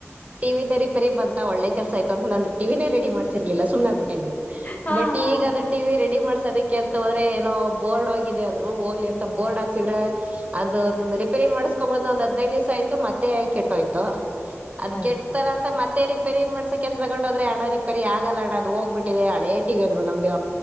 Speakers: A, on the right; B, on the left.
A: ಟಿವಿ ನೀ ರಿಪೇರಿ ಬಂತ ಒಲ್ಲೆ ಕೆಲ್ಸ ಆಯ್ತು ಅಂತ ನಂದು ಟಿವಿನೇ ರೆಡಿ ಮಾಡ್ರ್ಲಿಲ್ಲ ಸುಮ್ಮನೆ ಆಗ್ ಬಿಟ್ಟಿದ್ವಿ
B: ಹಾ
A: ಬಟ್
B: ಹಾ
A: ಈಗಾದ್ರ
B: ಹಾ
A: ಟಿ ವಿ ರೆಡಿ ಮಾಡ್ಸೋದಕ್ಕೆ. ಕೆ ಎಂತ ಹೋದ್ರೆ ಏನೋ ಬೋರ್ಡ್ ಹೋಗಿದೆ ಅಂದ್ರು ಹೋಗ್ಲಿ ಅಂತ ಬೋರ್ಡ್ ಹಾಕ್ಸಿದ್ರ. ಅದು ಒಂದ್ ರಿಪೇರಿ ಮಾಡುಸ್ಕೊ ಬಂದ್ ಒಂದ್ ಹದ್ನೈದ್ ದಿವ್ಸ ಆಯ್ತು ಮತ್ತೆ ಕೆಟ್ಟೋಯ್ತು. ಅದ್
B: ಆಯ್ತು
A: ಕೆಟ್ತಲಾಂತ ಮತ್ತೇ ರಿ ರಿಪೇರಿ ಮಾಡ್ಸಕೆ ಅಂತ್ ತಗೊಂಡೋದ್ರೆ ಅಣ ರಿಪೇರಿ ಆಗಲ್ಲ ಅಣ ಅದು ಹೋಗ್ಬುಟಿದೆ ಅದು ಹಳೆ ಟಿವಿ ಅಂದ್ರು ನಮ್ದು